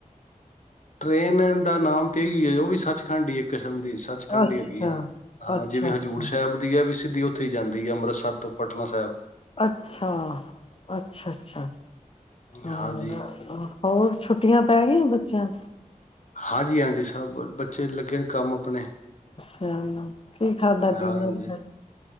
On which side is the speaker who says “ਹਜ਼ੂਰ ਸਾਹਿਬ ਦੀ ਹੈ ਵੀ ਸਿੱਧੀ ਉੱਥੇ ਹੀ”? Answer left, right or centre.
Left